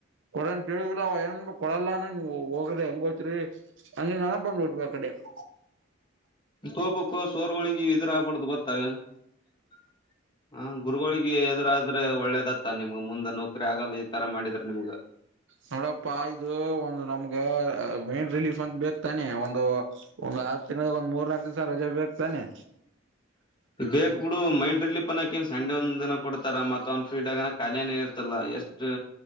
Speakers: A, on the right (about 65°); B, on the left (about 25°).
A: ಕೊಡಂತೇಳುದಿಲ್ಲ ಅವ ಏನ್ ಕೊಡಲ್ಲಾನ ನೀವು ಹೋಗ್ರ ಹೆಂಗೋಯತ್ರಿ ಅಂದ್ರೆ, ನಾನೇ, ಬಂದು, ಉಟ್ಟುಬೇಕುಅಲ್ಲಿ! <unintelligible>
B: ತೋಗಬೇಕು, ಸೋರ್ಗಳಿಗೆ, ಎದುರು, ಆಗ್ಬಡ್ದು ಗೊತ್ತಾ? <unintelligible> ಹ ಗುರುಗಳಿಗೆ ಎದುರಾದ್ರೆ ಒಳ್ಳೇದತ್ತ ಮ ನಿಮ್ಗ ಮುಂದೆ ನೌಕರಿ ಆಗಲ್ಲ ಈ ತರ ಮಾಡಿದ್ರ ನಿಮ್ಗ
A: ನೋಡಪ್ಪ ಇದು ಒಂದು ನಮ್ಗ ಮೇನ್ ರಿಲೀಫ್ ಅಂತ ಬೇಕ ತಾನೆ ಒಂದು ಒ ಆರು ತಿಂಗಳ ಒಂದ್ ಮೂರ್ನಾಕಕ್ ದಿವ್ಸ ರಜೆ ಬೇಕತಾನನೆ
B: ಹ ಬೇಕಕ್ ಬಿಡು ಮೈಂಡ್ ರಿಲೀಫ ಅನ್ನಕನ್ ಸಂಡೆ ಒಂದ ದಿನ ಕೊಡ್ತಾರ ಮತ್ತ ಅವ್ ಫ್ರೀಡ ಆ ಖಾಲಿಯನೇ ಇರ್ತಲ್ಲ ಎಷ್ಟು